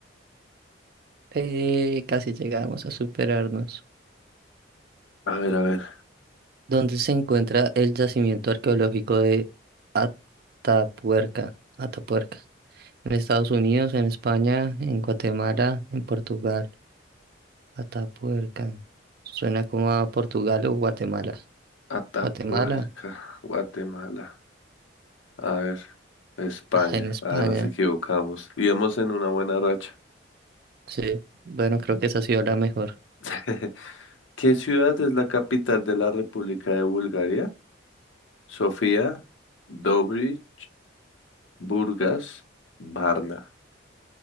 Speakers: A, on the right; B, on the left.
A: Eh, casi llegamos a superarnos.
B: A ver, a ver.
A: donde se encuentra el yacimiento arqueológico de Atapuerca, Atapuerca, en Estados Unidos, en España, en Guatemala, en Portugal. Atapuerca. Suena como a Portugal o Guatemala.
B: Atapuerca,
A: Guatemala,
B: Guatemala. A ver. España.
A: ah, en España.
B: Ah, nos equivocamos. Íbamos en una buena racha.
A: Sí, bueno, creo que esa ha sido la mejor.
B: <laughs> ¿Qué ciudad es la capital de la República de Bulgaria? Sofía, Dobrich, Burgas, Varna.